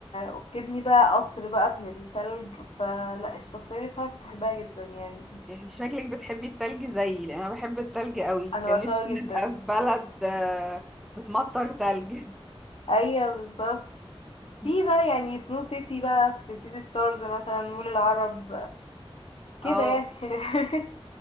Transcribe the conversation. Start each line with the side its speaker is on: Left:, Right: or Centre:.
Left: وبتبني بقى قصر بقى من التلج فلا الشخصية دي بصراحة بحبها جدا يعني
Centre: انت شكلك بتحبي التلج زيي لان انا بحب التلج قوي
Left: أنا
Centre: كان
Left: بعشقها
Centre: نفسي
Left: جدا
Centre: نبقى في بلد آه، بتمطر تلج
Left: أيوة بالظبط في
Centre: <laughs>
Left: بقى يعني سنو سيتي بقى في سيتي ستارز مثلا مول العرب
Centre: اه
Left: كده يعني <laughs>